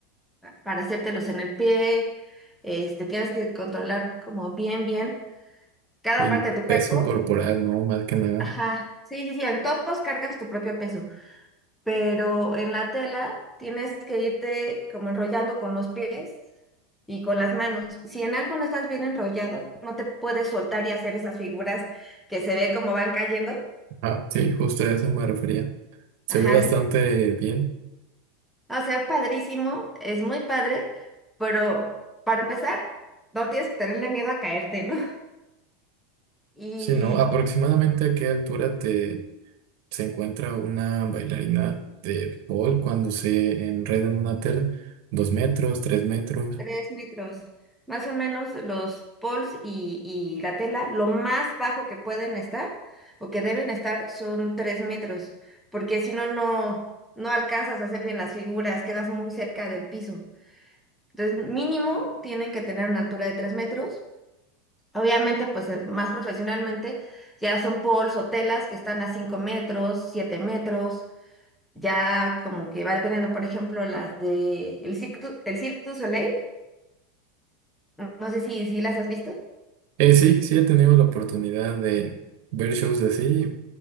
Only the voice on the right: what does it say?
El
peso
corporal, ¿no? Más que nada.
Ah, sí, justo a eso me refería. Se
ve bastante
bien.
Sí, ¿no? ¿Aproximadamente a qué altura te se encuentra una bailarina de pole cuando se enreda en una tela? ¿Dos metros, tres metros?
Eh, sí, sí he tenido la oportunidad de ver shows así.